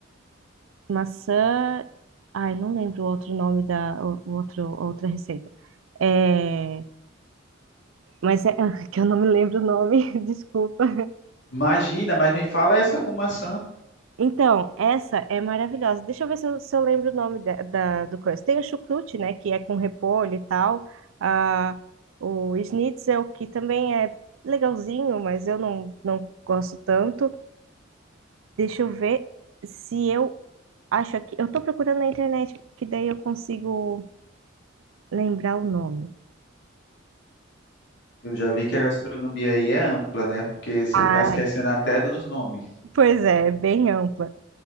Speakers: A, on the right; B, on the left.
A: maçã. Ai, não lembro o outro nome da o o outro, a outra receita. É, mas é <laughs> que eu não me lembro o nome, <laughs> desculpa.
B: Imagina, mas me fala essa com maçã.
A: Então, essa é maravilhosa. Deixa eu ver se eu, se eu lembro o nome da, da- do coisa. Tem o chucrute, né, que é com repolho e tal. Ah, o schnitzel, que também é legalzinho, mas eu não, não gosto tanto. Deixa eu ver se eu acho aqui. Eu tô procurando na internet, porque daí eu consigo lembrar o nome.
B: Eu já vi que a gastronomia aí é ampla, né? Porque você
A: Ai,
B: está esquecendo até dos nomes.
A: pois é, é bem ampla.